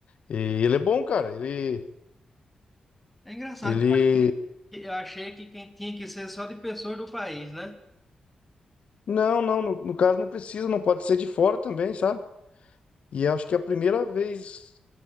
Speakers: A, on the left (about 55°); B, in the centre.
A: E ele é bom, cara. Ele,
B: É engraçado
A: ele...
B: Eu achei que quem tinha que ser só de pessoas do país, né?
A: Não, não, no, no caso não precisa, não pode ser de fora também, sabe? E acho que é a primeira vez